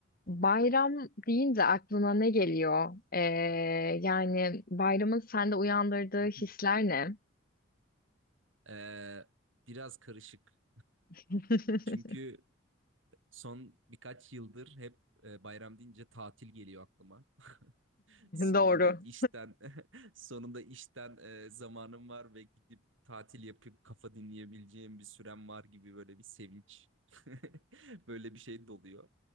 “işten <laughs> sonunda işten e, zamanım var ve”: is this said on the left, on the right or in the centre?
Right